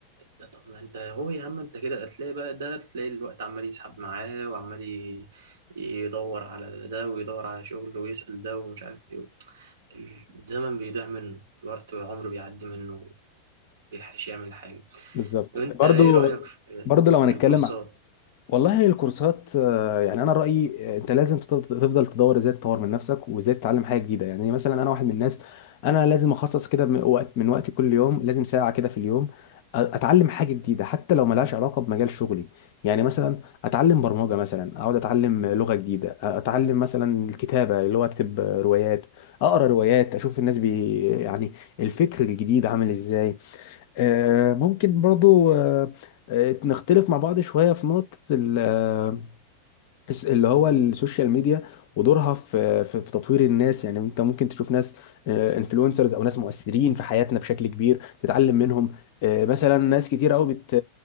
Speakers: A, on the right; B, on the left.
A: ده طب ما أنت هو يا عم أنت كده هتلاقي بقى ده تلاقي الوقت عمال يسحب معاه وعمال ي... يدور على ده ويدور على شغل ويسأل ده ومش عارف ايه. الزمن بيضيع منه الوقت والعمر بيعدي منه مبيلحقش يعمل حاجة
B: بالظبط
A: وانت
B: برضو
A: ايه رأيك في,
B: برضو لو
A: في
B: هنتكلم
A: الكورسات
B: ع- والله الكورسات آه، يعني انا رايي آه، انت لازم تط- تفضل تدور ازاي تطور من نفسك وازاي تتعلم حاجه جديده يعني مثلا انا واحد من الناس انا لازم اخصص كده من وقت من وقتي كل يوم لازم ساعه كده في اليوم أ- اتعلم حاجه جديده حتى لو ملهاش علاقه بمجال شغلي يعني مثلا اتعلم برمجه مثلا اقعد اتعلم لغه جديده أ- اتعلم مثلا الكتابه اللي هو اكتب روايات اقرا روايات اشوف الناس بي يعني الفكر الجديد عامل ازاي آه، ممكن برضو آه، آه، نختلف مع بعض شوية في نقطة ال- آه، اللي هو السوشيال ميديا ودورها في في في تطوير الناس يعني انت ممكن تشوف ناس انفلونسرز او ناس مؤثرين في حياتنا بشكل كبير تتعلم منهم آه، مثلا ناس كتير قوي بت